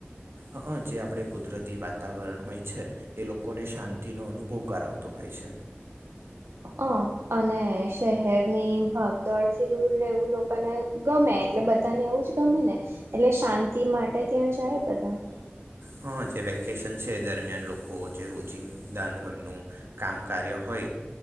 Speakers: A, on the right; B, on the right.
A: અહં જે આપણે કુદરતી વાતાવરણ હોય છે એ લોકોને શાંતિનો અનુભવ કરાવતો હોય છે.
B: અહં, અને શહેરની ભાગ દોડ થી દૂર રહેવું લોકોને ગમે એટલે બધાને એવું જ ગમે ને. એટલે શાંતિ માટે ત્યાં જાય બધા.
A: હા જે વેકેશન છે એ દરમિયાન લોકો ઓજે રોજિંદાનું એમનું કામ કાર્ય હોય